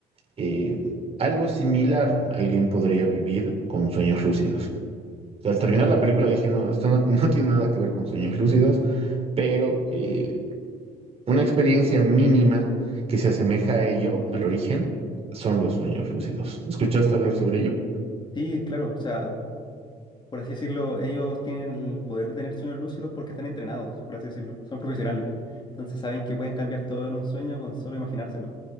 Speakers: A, on the right (about 35°); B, on the left (about 25°).
A: eh, algo similar alguien podría vivir con sueños lúcidos. O sea, al terminar la película dije, no, esto no, no tiene nada que ver con sueños lúcidos, pero eh, una experiencia mínima que se asemeja a ello, al origen, son los sueños lúcidos. ¿Escuchaste hablar sobre ello?
B: Sí, claro, o sea... por así decirlo, ellos tienen el poder de tener sueños lúcidos porque están entrenados, por así decirlo, son profesionales. Entonces saben que pueden cambiar todo en un sueño con solo imaginárselo.